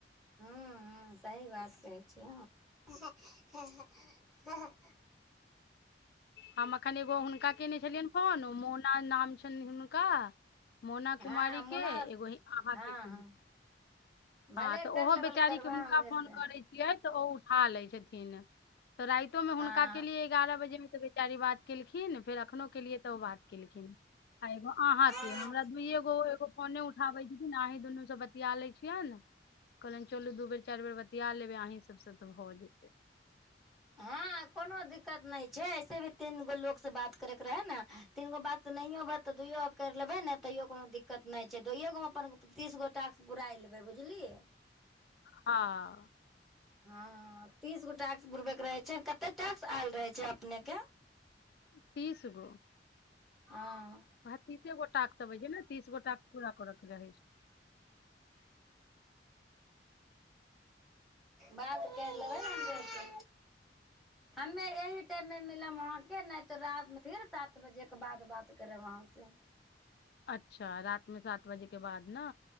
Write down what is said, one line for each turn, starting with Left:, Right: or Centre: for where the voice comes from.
Centre: हुं हुं सही बात कहै छिय <unintelligible>
Left: हम अखन एगो हुनका कैने छलियन फोन मोना नाम छै कनी हुनका मोना कुमारी
Centre: हँ मुनास
Left: के एगो ह अहांके
Centre: हँ
Left: कयलुं
Centre: हँ
Left: हँ
Centre: भले
Left: तऽ ओहो
Centre: कर लेबल
Left: बेचारीेके
Centre: करबै
Left: हुनका
Centre: हमरे
Left: फोन
Centre: से
Left: करैत छियै तऽ ओ उठा लै छथिन तऽ राइतोंमे
Centre: हँ
Left: हुनका केलियै एगारह बजेमे चारी बात केलखिन फेर अखनो केलियै तऽ ओ बात केलखिन आ एगो अहांके
Centre: हँ
Left: हमरा दुइए गो एगो फोने उठाबै छथिन अंहीं दुनू से बतिया लै छियैन कहलनि चलू दू बेर चारि बेर बतिया लेबै अहीँ सभसँ तऽ भऽ जेतै
Centre: हँ कोनो दिक्कत नहि छै ऐसे भी तीनगो लोक से बात करैके रहै ने तीन गो बात तऽ नहियो बात तऽ दुइयो करि लेबै ने तैयो कोनो दिक्कत नहि छै दुइए गोमे हम अपन तीस गो टास्क पुराइ लेबै बुझलियै
Left: हँ
Centre: हँ तीस गो टैक्स बुरबेके रहै छै कतेक टाक्स आयल रहै छै नेके
Left: तीसगो
Centre: हँ
Left: उहे तीसे गो टास्क अबै छै ने तीस गो टास्क पूरा करयके रहै छै
Centre: बात करि लेबै न हमरो औरके हम्मे एहि टाइममे कय लेम अहाँ के नहि तऽ रात फिर सात बजे के बाद बात करब आहाँसँ
Left: अच्छा रातमे सात बजे के बाद न